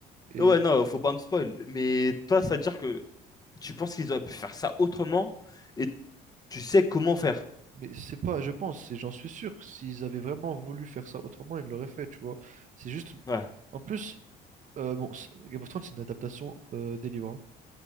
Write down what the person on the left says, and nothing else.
Ouais, non, faut pas me spoil. Mais toi, ça veut dire que tu penses qu'ils auraient pu faire ça autrement et tu sais comment faire.
Ouais.